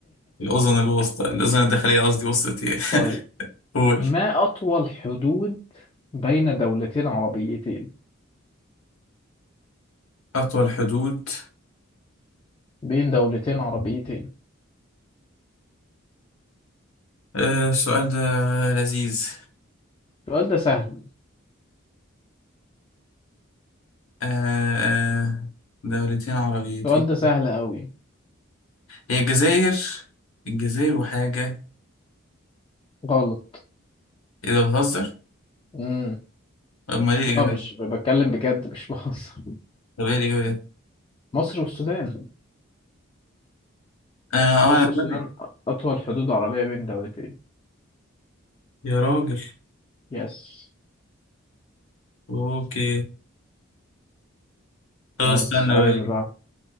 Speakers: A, on the left; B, on the left.
A: الاذن الوسطى الاذن الداخليه قصدي وسطى
B: <laughs>
A: ايه
B: طيب
A: <laughs> قول
B: ما أطول حدود بين دولتين عربيتين
A: اطول حدود
B: بين دولتين عربيتين
A: آه السؤال ده لذيذ
B: السؤال ده سهل
A: آه آه دولتين عربيتين
B: السؤال ده سهل أوي
A: هي الجزائر الجزائر وحاجة
B: غلط
A: ايه ده بتهزر؟
B: امم
A: امال ايه الإجابة
B: لا مش
A: دي؟
B: بتكلم بجد مش <laughs> بهزر
A: طب ايه الإجابة دي؟
B: مصر والسودان
A: انا اه
B: مصر
A: انا دلوقتي
B: والسودان أطول حدود عربية بين دولتين
A: يا راجل
B: يس
A: اوكي طب استنى
B: يلا السؤال اللي
A: بقى
B: بعده